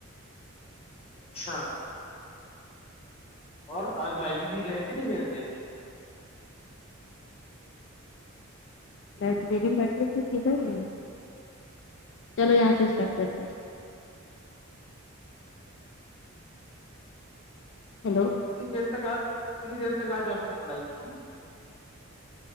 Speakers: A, on the left; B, on the left.
A: اچھا اور آج لائبریری گئے تھے نہیں گئے تھے
B: لائبریری <unintelligible> چلو یہاں سے سٹارٹ کرتے ہیں ہیلو
A: کتنی دیر تک آپ کتنی دیر تک آج آپ نے پڑھائی کی